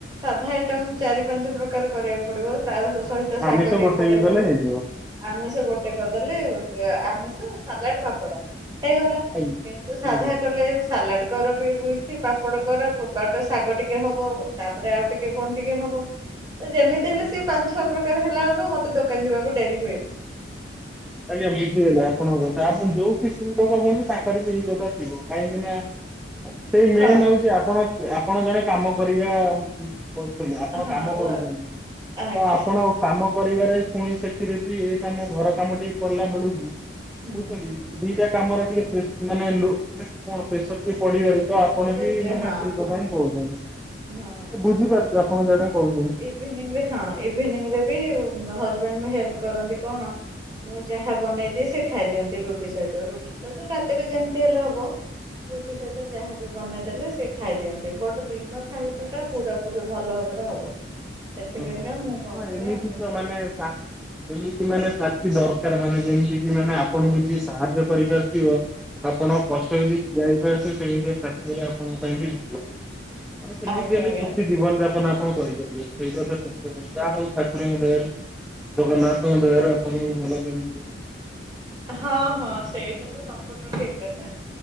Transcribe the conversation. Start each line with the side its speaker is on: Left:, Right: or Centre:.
Right: ସାଧା ଆଇଟମ ଚାରି ପାଞ୍ଚ ପ୍ରକାର କରିବାକୁ ପଡିବ ତା ସହିତ ଶାଗ
Centre: ଆମିଷ
Right: ଟିକେ
Centre: ଗୋଟେ
Right: କରିବାକୁ
Centre: ବି କଲେ
Right: ପଡିବ।
Centre: ହେଇଯିବ।
Right: ଆମିଷ ଗୋଟେ କରିଦେଲେ ଆମିଷ ସାଲାଡ ପାପଡ଼। ହେଇଗଲା
Centre: ଆଜ୍ଞା
Right: କିନ୍ତୁ ସାଧା
Centre: ବୁଝିଗଲି।
Right: କଲେ ସାଲାଡ କର ବି ହଇ ପାପଡ଼ କର ଶାଗ ଟିକେ ହବ ତାପରେ ଆଉ ଟିକେ କଣ ଟିକେ ହବ। ଯେମିତି ହେଲେ ସେ ପାଞ୍ଚ ଛଅ ପ୍ରକାର ହେଲା ବେଳକୁ ମତେ ଦୋକାନ ଯିବାକୁ ଡେରି ହୁଏ
Centre: ଆଜ୍ଞା ବୁଝିଗଲେ ଆପଣଙ୍କ କଥା ଆପଣ ଯୋଉି ସ୍ତ୍ରୀ ଲୋକ କୁହନ୍ତି ତାଙ୍କର ବି ଏଇ କଥା ଥିବ କାହିଁକି ନା ସେଇ ମେନ୍
Right: ହଁ
Centre: ହଉଛି ଆପଣ ଆପଣ ଜଣେ କାମ କରିବା ବହୁଛନ୍ତି ଆପଣ
Right: ହଁ
Centre: କାମ କରୁଛନ୍ତି
Right: ଓ ଆଜ୍ଞା
Centre: ତ ଆପଣ କାମ କରିବାରେ ପୁଣି ସେଥିରେ ବି ଏ କାମ ଘର କାମ ଟିକେ କଲା ବେଳୁକୁ
Right: ହୁଁ
Centre: କୁଛନ୍ତି ଦିଟା କାମର ଟିକେେ ମାନେ କଣ ପ୍ରେସର ଟିକେ ପଢିବାର <inaudible> ତ ଆପଣ
Right: ପଡେ
Centre: ବି
Right: ଯେ
Centre: ମାନେ
Right: ହଁ
Centre: ସେଇ କଥା
Right: ହଁ।
Centre: ହିଁ କହୁଛନ୍ତି ତ
Right: ହଁ
Centre: ବୁଝିପାରୁଛୁ ଆପଣ ଯୋଉଟା କହୁଛନ୍ତି।
Right: ଇଭିନିରେ ହଁ ଇଭିନିରେ ବି ହଜବେଣ୍ଡ ହେଲ୍ପ କରନ୍ତି କଣ ମୁଁ ଯାହା ବନେଇଦିଏ ସେ ଖାଇଦିଅନ୍ତି ରୁଟି ସହିତ ରୁଟିଟା ତ ରାତିରେ ଯେମିତି ହେଲେ ହବ। ରୁଟି ସହିତ ଯାହାବ ବନେଇ ଦେଲେ ସେ ଖାଇଦିଅନ୍ତି ବଟ ଦିନ ଖାଇବାଟା ପୁରାପ ଭଲ ଭାବରେ ହବ। ସେଥିପାଇଁକା
Centre: ଓହୋ
Right: ମୁଁ କଣ
Centre: ହଁ
Right: କରେ
Centre: ଏମିତି
Right: ଆମିଷ
Centre: ତ
Right: ହୁଁ
Centre: ମାନେ ଏମିତି ମାନେ ସାଥି ଦରକାର ମାନେ ଯେମିତି କି ମାନେ ଆପଣଙ୍କୁ
Right: ହୁଁ
Centre: ସାହାଯ୍ୟ କରିପାରୁଥିବ ଆପଣ କଷ୍ଟ ଯଦି ଠିଆ ହେଇପାରୁଥିବେ ସେମିତି ଚାକିରି ଆପଣଙ୍କ ପାଇଁ ବି ଆ ସେମିତି
Right: ଆଜ୍ଞା ଆଜ୍ଞା
Centre: ଶଖି <inaudible> ଜୀବନ ଯାପନ ଆପଣ କରିପାରିବେ ସେଇ ତ ଯାହା ହଉ ଠାକୁରଙ୍କ ଦେୟାରୁ। ତ ନାଁ ଖଙ୍ଗ ଦାରଣ ମ <inaudible>
Right: ହଁ ହଁ ସେଇଟା ତ ସମ୍ପୂର୍ଣ୍ଣ ଠିକ କଥା।